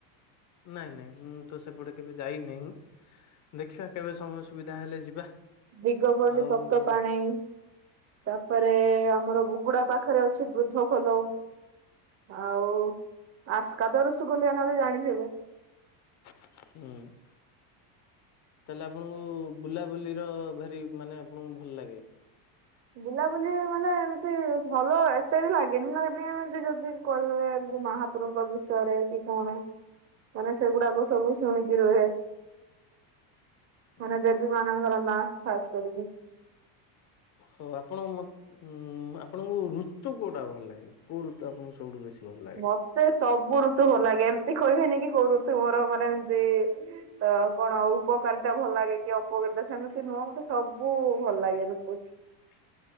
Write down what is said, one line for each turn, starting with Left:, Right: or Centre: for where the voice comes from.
Left: ନାଇଁ ନାଇଁ ମୁଁ ତ ସେପଟେ କେବେ ଯାଇନାହିଁ ଦେଖିବା କେବେ ସମୟ ସୁବିଧା ହେଲେ ଯିବା।
Right: ଦିଗ ପଡି
Left: ଆଉ
Right: ତପ୍ତପାଣି
Left: ହୁଁ
Right: ତାପରେ ଆମର ବୁଗୁଡା ପାଖରେ ଅଛି ବୃଦ୍ଧ ଖୋଲ। ଆଉ ଆସ୍କା ତ ରୁଷୁକୁଲିଆ ନଦୀ ଜାଣିଥିବେ।
Left: ହୁଁ ତାହେଲେ ଆପଣଙ୍କୁ ବୁଲାବୁଲି ର ଭାରି ମାନେ ଆପଣଙ୍କୁ ଭଲ ଲାଗେ।
Right: ବୁଲା ବୁଲି ମାନେ ଏମିତି ଭଲ ଏତେ ବି ଲାଗେନି ଲାଗେନି ଏମତି ଯଦି କହିଲେ ମା ଠାକୁରଙ୍କ ବିଷୟରେ କି କଣ ମାନେ ସେଗୁଡାକ ସବୁ ଶୁଣିକି ରୁହେ।
Left: <inaudible>
Right: ମାନେ ଦେବୀ ମାନଙ୍କର ନା ଖାସ୍ କରିକି।
Left: ହଉ ଆପଣଙ୍କ ମ ଉଁ ଆପଣଙ୍କୁ ଋତୁ କୋଉଟା ଭଲ ଲାଗେ କୋଉ ଋତୁ ଆପଣଙ୍କୁ ସବୁଠୁ ବେଶୀ ଭଲ ଲାଗେ?
Right: ମତେ ସବୁ ଋତୁ ଭଲ ଲାଗେ ଏମତି କହିବେନି କି କୋଉ ଋତୁ ମୋର ମାନେ ଏମତି ତ କଣ ଉପକାରିତା ଭଲ ଲାଗେ କି ଅପକାରିତା ସେମିତି ନୁହଁ ମତେ ସବୁ ଭଲ ଲାଗେ ଋତୁ।
Left: <inaudible>